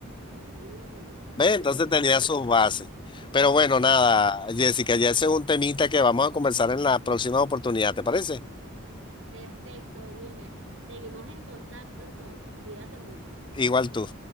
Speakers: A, on the right; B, on the left.
A: Mm, ok,
B: ¿Ves? Entonces tenía
A: ok.
B: sus bases. Pero bueno, nada, Jessica, ya ese es un temita que vamos a conversar en la próxima oportunidad, ¿te parece?
A: Perfecto, Wilmer. Seguimos en contacto entonces. Cuídate mucho.
B: Igual tú.